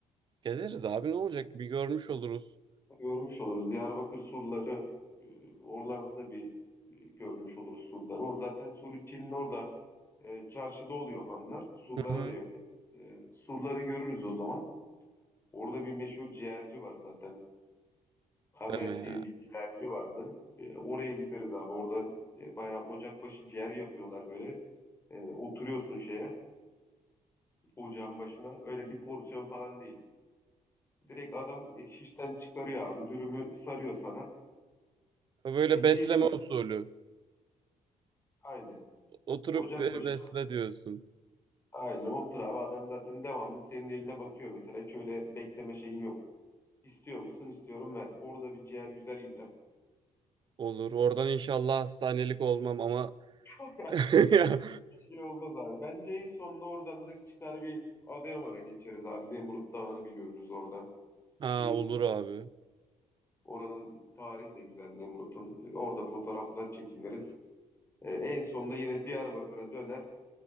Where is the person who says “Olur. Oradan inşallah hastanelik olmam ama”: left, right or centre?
Right